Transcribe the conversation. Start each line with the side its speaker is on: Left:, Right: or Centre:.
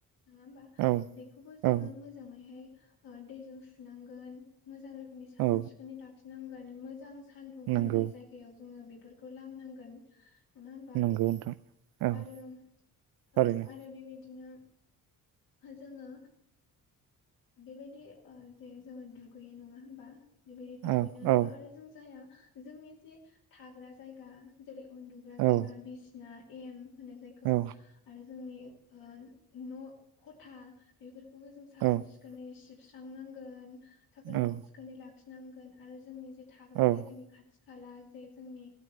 Left: नङा होमबा
Right: औ
Left: बेखौबो जोंङो
Right: औ
Left: मोजांङै हाय। दैजों सुनांगोन मोजां रोखोमनि साखोन
Right: औ
Left: सिखोनै लाखिनांगोन मोजां सानदुं नांनाय
Right: नंगौ
Left: जायगायाव जोंङो बेफोरखौ लामनांगोन। नङा होनबा
Right: नंगौ नोंथां औ
Left: आरो
Right: थारैनो
Left: औ आरो बेबायदिनो। जोंङो। बेबायदि जे जोंङो दुगैयो नंङा होमबा। बेबायदि दुगैनानैल'
Right: औ औ
Left: आरो जों जाया जोंनि जे थाग्रा जायगा जेरै उन्दुग्रा
Right: औ
Left: जायगा बिसिना एम होननो जायखौ
Right: औ
Left: आरो जोंनि ओ न' खथा बेफोरखौबो जों साखोन
Right: औ
Left: सिखोनै सिबस्रांनांगोन साखोनै
Right: औ
Left: सिखोनै लाखिनांगोन आरो जोंनि जे थाग्रा
Right: औ
Left: जायगानि खाथि खाला जे जोंनि